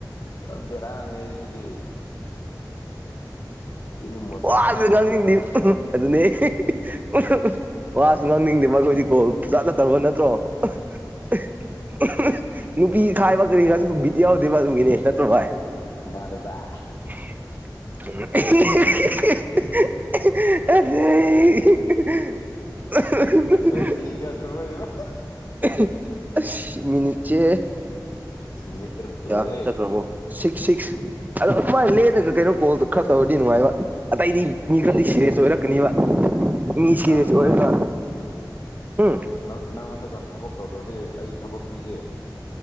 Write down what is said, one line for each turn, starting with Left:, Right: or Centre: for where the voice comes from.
Left: ꯄꯨꯔ ꯕꯦꯔꯥꯅꯤꯍꯦ ꯁꯤꯗꯤ ꯁꯤꯗꯤ ꯃꯣꯁꯂꯥ
Right: ꯋꯥ ꯑꯗꯨ
Left: ꯇꯥꯔꯦꯅꯦ
Right: ꯉꯥꯡꯅꯤꯡꯅꯤ
Left: ꯁꯤꯗꯤ
Right: ꯑꯗꯨꯅꯦ ꯑꯦ ꯍꯦ ꯍꯦ ꯋꯥꯁꯨ ꯉꯥꯡꯅꯤꯡꯗꯦꯕ ꯑꯩꯈꯣꯏꯗꯤ ꯀꯣꯜ ꯐꯆꯥꯅ ꯇꯧꯔꯕ ꯅꯠꯇ꯭ꯔꯣ <unintelligible> ꯅꯨꯄꯤ ꯈꯥꯏꯕ ꯀꯔꯤ ꯈꯔꯁꯨ ꯕꯤꯠ ꯌꯥꯎꯗꯦꯕ ꯑꯗꯨꯒꯤꯅꯤ ꯅꯠꯇ꯭ꯔꯣ ꯚꯥꯏ
Left: ꯃꯥꯅꯦ ꯕꯥꯏ
Right: ꯑꯍꯤ ꯍꯤ ꯍꯤ <unintelligible> ꯑꯍꯥ ꯑꯍꯥ
Left: ꯍꯣꯏ ꯃꯤꯅꯤꯠ ꯀꯌꯥ ꯁꯨꯔꯕ ꯌꯦꯡꯉꯣ
Right: ꯑꯍ ꯑꯁ ꯃꯤꯅꯤꯠꯁꯦ
Left: ꯑꯁ ꯃꯤꯅꯤꯠ ꯇꯔꯨꯛ ꯁꯨꯔꯦꯍꯦ
Right: ꯀꯌꯥ ꯆꯠꯈ꯭ꯔꯕꯣ ꯁꯤꯛꯁ ꯁꯤꯛꯁ ꯑꯗꯣ ꯑꯗꯨꯃꯥꯏꯅ ꯂꯦꯂꯒ ꯀꯩꯅꯣ ꯀꯣꯜ ꯈꯔ ꯇꯧꯔꯗꯤ ꯅꯨꯡꯉꯥꯏꯕ ꯑꯇꯩꯗꯤ ꯃꯤ
Left: ꯌꯥꯏ
Right: ꯈꯔꯗꯤ ꯁꯤꯔꯦꯁ
Left: ꯌꯥꯏ
Right: ꯑꯣꯏꯔꯛꯀꯅꯤꯕ ꯃꯤ ꯁꯤꯔꯤꯌꯁ
Left: ꯅꯪ ꯍꯟꯗꯛꯀꯥꯟ
Right: ꯑꯣꯏꯔꯒ ꯎꯝ
Left: ꯅꯪ ꯅꯪ ꯍꯟꯗꯛ ꯀꯥꯟ ꯊꯕꯛ ꯇꯧꯗ꯭ꯔꯗꯤ ꯑꯩ ꯊꯕꯛ ꯄꯤꯒꯦ